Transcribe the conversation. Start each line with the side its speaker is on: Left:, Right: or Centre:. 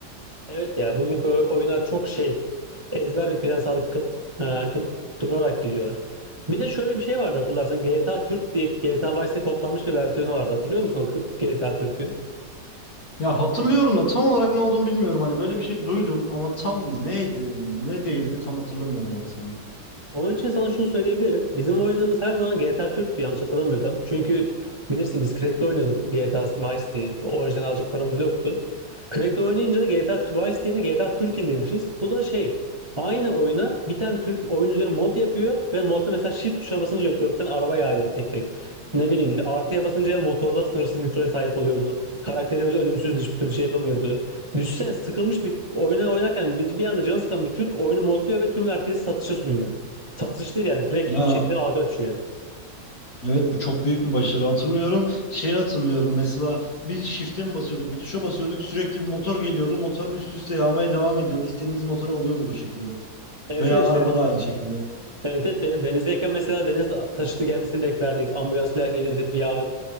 Right: Evet ya bugünkü oyunlar çok şey ezber bir plan sağlık kıl, e, kıl- durarak gidiyorlar. Bir de şöyle bir şey vardı hatırlarsın GTA Türk diye GTA Vice'de kodlanmış bir versiyonu vardı hatırlıyor musun o kı- GTA Türk'ü?
Left: Ya hatırlıyorum da tam olarak ne olduğunu bilmiyorum hani böyle bir şey duydum ama tam neydi ne değildi tam hatırlamıyorum o kısmını.
Right: Onun için sana şunu söyleyebilirim. Bizim oynadığımız her zaman GTA Türk'tü yanlış hatırlamıyorsam. Çünkü bilirsin biz crack'le oynuyorduk GTA Vice diye. Orijinal alacak paramız yoktu. Crack'le oynayınca da GTA Twice yerine GTA Türkin demişiz. Bu da şey aynı oyuna bir tane Türk oyun üzerine mod yapıyor ve modda mesela shift tuşuna basınca yok gökten araba yağıyor tek tek. Ne bileyim artıya basınca motorda sınırsız nitroya sahip oluyordun. Karakterimiz ölümsüzdü hiçbir türlü şey yapamıyordu. Düşünsene sıkılmış bir oyuna oynarken bir, bir anda canı sıkan bir Türk oyunu modluyor ve tüm herkesi satışa sunuyor. Satış değil yani crack
Left: Ya
Right: bir şekilde algı açıyor.
Left: Evet bu çok büyük bir başarı hatırlıyorum. Şeyi hatırlıyorum mesela bir shift'e mi basıyorduk bir tuşa basıyorduk sürekli bir motor geliyordu. Motor üst üste yağmaya devam ediyordu. İstediğimiz motoru alıyorduk o şekilde.
Right: Evet
Left: Veya
Right: evet işte
Left: araba da aynı şekilde.
Right: Evet evet dedim denizdeyken mesela deniz taşıtı gelmesini beklerdik. Ambulans falan gelirdi. Ya